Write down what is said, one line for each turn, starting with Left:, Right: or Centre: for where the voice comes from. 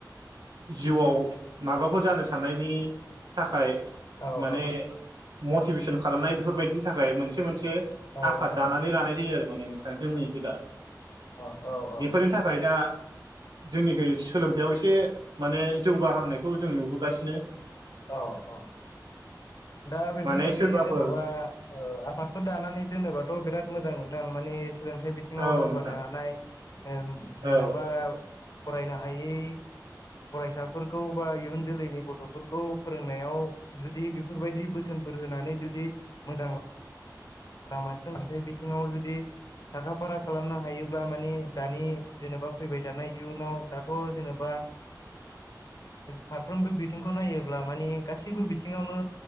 Right: जिउआव माबाफोर जानो साननायनि थाखाय
Left: औ
Right: माने
Left: औ
Right: मटिभेसन खालामनाय बेफोरबायदिनि थाखाय मोनसे मोनसे
Left: औ
Right: आफाद
Left: नोंथां
Right: दानानै लानाय जायो आरो माने जोंनिखौदा
Left: औ औ औ
Right: बेफोरनि थाखाय दा जोंनिखै सोलोंथायाइयाव एसे माने जौगाहांनायखौ जों नुबोगासिनो।
Left: औ औ दा बेफोरबायाददि
Right: माने सोरबाफोर
Left: जेनेबा औ आफादफोर दानानै दोनोबाथ' बिराद मोजां नों थां माने सोलोंथाइ बि बिथिङाव
Right: औ
Left: दावगानो
Right: नोंथां
Left: हानाय ओम जेनेबा
Right: औ
Left: फरायनो हायै फरायसाफोरखौ बा इयुन जोलैनि गथ'फोर खौ फोरोंनायाव जुदि बेफोरबायदि बोसोनफोर होनानै जुदि मोजां लामा सोलोंथाइ बिथिङाव जुदि साखा फारा खालामनो हायोब्ला माने दानि जेनेबा फैबाय थानाय इयुनाव दाथ' जेनेबा
Right: <inaudible>
Left: फारफ्रोमबो बिथिंखौ नायोब्ला मानि गासैबो बिथिङावनो